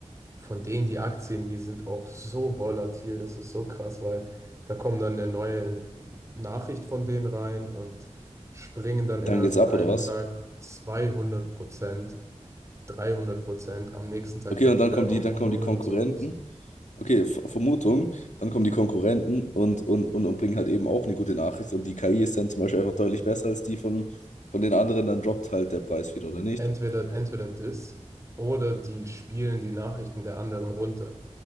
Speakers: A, on the right; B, on the left.
A: von denen die Aktien, die sind auch so volatil, das ist so krass, weil da kommen dann eine neue Nachricht von denen rein und springen dann innerhalb
B: Dann geht's
A: von
B: ab,
A: einem
B: oder was?
A: Tag 200 Prozent, 300 Prozent, am nächsten Tag
B: Okay,
A: dann
B: und dann
A: wieder
B: kommen die,
A: auf
B: dann
A: Null
B: kommen die Konkurrenten.
A: und so.
B: Okay, Ver- Vermutung, dann kommen die Konkurrenten und, und, und, und bringen halt eben auch eine gute Nachricht. Und die KI ist dann zum Beispiel einfach deutlich besser als die von, von den anderen, dann droppt halt der Preis wieder, oder nicht?
A: Entweder, entweder das oder die spielen die Nachrichten der anderen runter.